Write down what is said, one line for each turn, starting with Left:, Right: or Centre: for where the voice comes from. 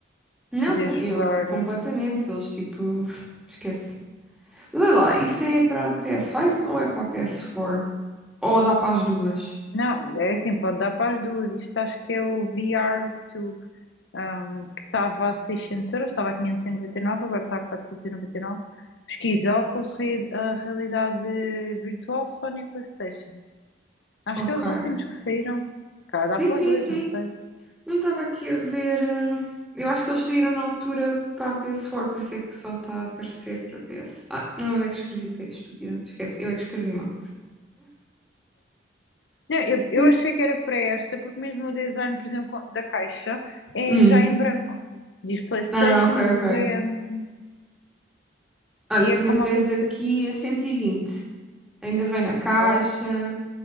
Centre: Não,
Left: Poder
Centre: sim,
Left: jogar.
Centre: eu completamente.
Left: eh,
Centre: Eles tipo, esquece. Mas olha lá, isso é para PS5 ou é para PS4? Ou dá para as duas?
Left: Não, é assim, pode dar para as duas. Isto acho que é o VR to, um, que estava a 600 euros, estava a 599, agora está a 499. Pesquisa, óculos, re- a realidade virtual, Sony PlayStation. Acho
Centre: Ok.
Left: que é os últimos que saíram. Se calhar dá
Centre: Sim,
Left: para
Centre: sim,
Left: os dois,
Centre: sim.
Left: não sei.
Centre: Não estava aqui a ver. eh, Eu acho que eles saíram na altura para a PS4, por isso é que só está a aparecer para PS. Ah, não, eu é que escrevi P, S, estúpida. Esquece, eu é que escrevi mal.
Left: Não, eu, eu
Centre: Isso.
Left: achei que era para esta, porque mesmo o design, por exemplo, co- da caixa é
Centre: Hum.
Left: já em branco. Diz PlayStation
Centre: Ah, ok,
Left: e depois
Centre: ok.
Left: é, hum,
Centre: Olha,
Left: e
Centre: por
Left: é
Centre: exemplo,
Left: como
Centre: tens
Left: a PC
Centre: aqui a cento e vinte Ainda vem na
Left: só.
Centre: caixa,